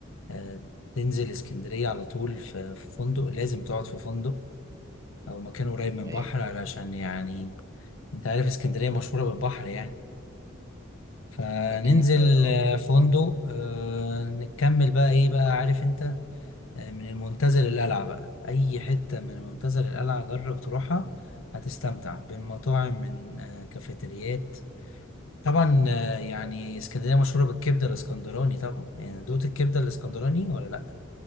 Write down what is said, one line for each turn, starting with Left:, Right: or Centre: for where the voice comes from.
Left: آه، تنزل اسكندريه على طول في في فندق لازم تقعد في فندق او مكان قريب من
Right: تمام
Left: بحر علشان يعني انت عارف اسكندريه مشهوره بالبحر يعني فننزل
Right: أكيد آه.
Left: آه، فندق آه، نكمل بقى ايه بقى عارف انت آه، من المنتزه للقلعة بقى اي حتة من المنتزه للقلعة جرب تروحها هتستمتع بين مطاعم من آه، كافيتريات طبعا آه، يعني اسكندرية مشهورة بالكبدة الاسكندراني طبعا يعني دوقت الكبدة الاسكندراني ولا لا